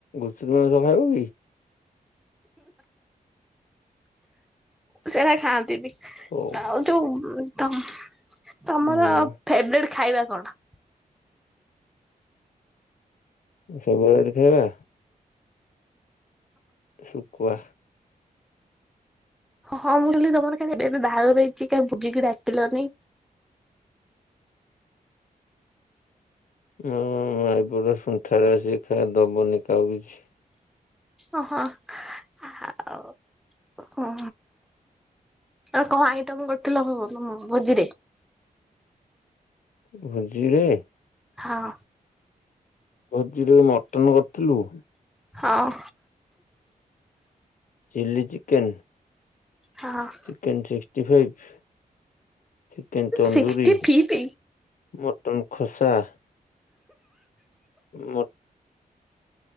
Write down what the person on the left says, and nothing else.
ଘୁଷୁରି ମାଉଁସ ଖାଇବ କି?
ହଉ
ହୁଁ
ଫେବେରେଟ୍ ଖାଇବା ସକୁଆ।
ମୁଁ ମାଇପ ଟା ସୁଣ୍ଠା ଟା ସିଏ ଖା ଦବନି କାଆକୁ କିଛି।
ଭୋଜିରେ?
ଭୋଜିରେ ମଟନ କରିଥିଲୁ।
Chilli chicken.
Chicken sixty five chicken tandoori.
mutton ଖୋସା ମଟନ୍